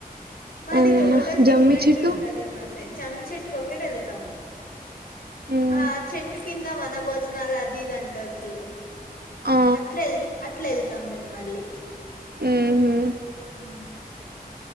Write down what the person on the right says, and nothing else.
అవునా
జమ్మి
చెట్టు
మ్మ్.
ఆ
మ్ హు